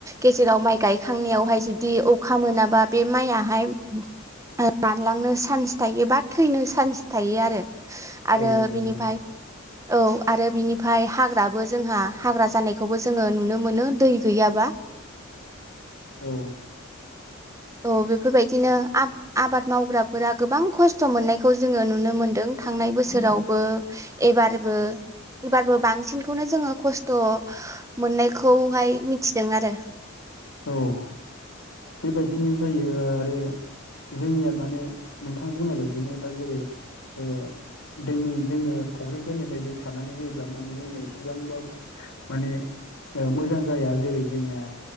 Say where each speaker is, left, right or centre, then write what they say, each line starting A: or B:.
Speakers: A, on the right; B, on the left.
A: गेजेराव माइ गायखांनायावहाय जुदि अखा मोनाबा बे माइयाहाय ओ रानलांनो चान्स थायोबा थैनो चान्स थायो आरो आरो
B: औ नंगौ
A: बिनिफ्राय औ आरो बिनि ओमफाय हाग्राबो जोंहा हाग्रा जानायखौबो जोङो नुनो मोनो दै गैयाब्ला।
B: औ।
A: औ बेफोरबायदिनो आ आबाद मावग्राफोरा गोबां खस्थ' मोननायखौ जोङो नुनो मोनदों। थांनाय बोसोरावबो एबारबो एबारबो बांसिनखौनो जोङो खस्थ' मोननायखौहाय मिथिदों आरो।
B: औ बेबायदिनो जायो आरो जोंनिया माने नोंथां बुंनाय बायदिनो दा जेरै
A: <inaudible>
B: ओ दैनि जोङो फुख्रिफोरनि बायदि सारनानै होयोब्ला माने जोंनिया इसेबांबा माने ओ मोजां जाया। जेरै जोंनिया